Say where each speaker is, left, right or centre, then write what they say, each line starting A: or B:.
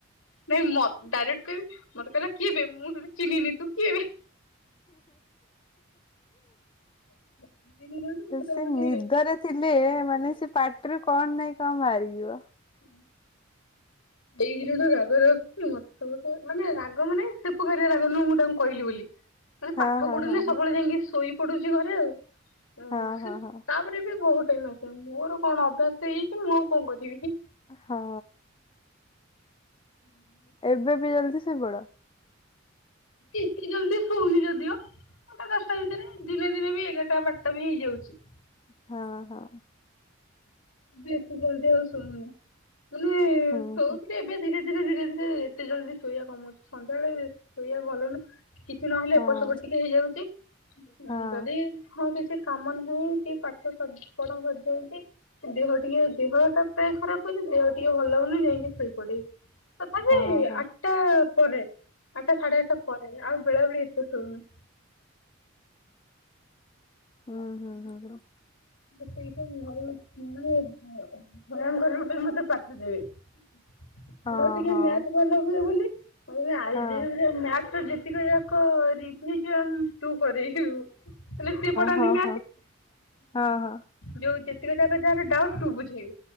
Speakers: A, on the left (about 75°); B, on the left (about 25°).
A: ନାଇଁ ମ ଡାଇରେକ୍ଟ କହିବେ ମତେ କହିଲ କିଏ ବେ ମୁଁ ତତେ ଚିହ୍ନିନି ତୁ କିଏ ବେ। ସେଇ ଦିନଠୁ ପୁରା
B: ସେ
A: ମାନେ
B: ନିଦରେ ଥିଲେ ମାନେ ସେ ପାଟିରୁ କଣ ନାଇଁ କଣ ବାହାରିଯିବ।
A: ଉଁ।
B: ହ
A: ସେଇ ଦିନଠୁ ରାଗ ରଖିଚୁ ମତେ ସମସ୍ତେ ରାଗ ମାନେ ସେ ପ୍ରକାରିଆ ରାଗ ନୁହଁ ମୁଁ ତାଙ୍କୁ କହିଲି ବୋଲି। ମାନେ ପାଠ
B: ହଁ ହଁ
A: ପଢୁନି
B: ହଁ
A: ସବୁବେଳେ ଯାଇକି ଶୋଇ ପଡୁଚି ଘରେ ଆଉ।
B: ହଁ
A: ସେ
B: ହଁ ହଁ
A: ତା ରେ ବି ବହୁତ ଟାଇମ ଆସିବ। ମୋର କଣ ଅଭ୍ୟାସ ହେଇଚି ମୁଁ ଆଉ କଣ କରିବି।
B: ହଁ।
A: <unintelligible>
B: ଏବେ ବି ଜଲ୍ଦି ଶୋଇପଡ଼?
A: ଏତେ ଜଲଦି ସୋଉନି ଯଦିଓ ସେଟା ଦଶଟା ଭିତରେ ଦିନେ ଦିନେ ବି ଏଗାରଟା ବାରଟା ବି ହେଇଯାଉଛି।
B: ହଁ ହଁ।
A: ବେଶୀ ଜଲଦି ଆଉ ଶୋଇବୁନି ମାନେ
B: ହୁଁ
A: ଶୋଉଥିଲି
B: ହୁଁ
A: ଏବେ ଧୀରେ ଧୀରେ ଧୀରେ ଧୀରେ ଏତେ ଜଲଦି ଶୋଇବା କମଉଛି ସନ୍ଧ୍ୟାବେଳେ ଶୋଇବା ଭଲନୁହଁ। କିଛି ନହେଲେ
B: ହଁ
A: ଏପଟ ସେପଟ ଟିକେ ହେଇଯାଉଛି।
B: ହଁ
A: ଯଦି ହଁ କିଛି କାମ ନାହଁ କି ପାଠପଢ଼ା ସରଯାଇଛି। ଦେହ ଟିକେ ଦେହଟା ପ୍ରାୟ ଖରାପ ହଉଛି ଦେହ ଟିକେ ଭଲ ଲାଗୁନି ଯାଇକି ଶୋଇ ପଡେ଼। ତଥାପି
B: ହଁ ହଁ ହଁ।
A: ଆଠଟା ପରେ ଆଠଟା ସାଢେ ଆଠଟା ପରେ ଆଉ ବେଳା ବେଳି ଏତେ ଶୋଉନି।
B: ହୁଁ ହୁଁ ହଁ ହୁଁ।
A: <unintelligible>
B: ହଁ
A: ମୋର ଟିକେ
B: ହଁ
A: ମ୍ୟାଥ ଭଲ ହୁଏ ବୋଲି ଆଲଜେବ୍ରା
B: ହଁ
A: ମ୍ୟାଥର ଯେତିକିଯାକ କ ରିଭିଜନ ତୁ କରେଇବୁ। ନ ହେନେ ସେ ପଢ଼ାନ୍ତି
B: ହଁ ହଁ
A: ମ୍ୟାଥ।
B: ହଁ। ହଁ ହଁ
A: ଯୋଉ ଯେତିକି ଯାକ ଯାହାର ଡାଉଟ ତୁ ବୁଝେଇବୁ